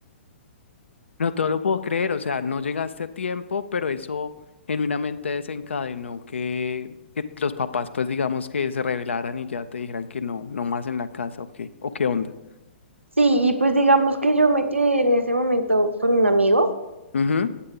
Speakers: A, on the left; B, on the right.
A: No todo lo puedo creer, o sea, no llegaste a tiempo, pero eso genuinamente desencadenó que, que los papás, pues digamos que se rebelaran y ya te dijeran que no, no más en la casa, o qué, o qué onda.
B: Sí, y pues digamos que yo me quedé en ese momento con un amigo
A: Ujú,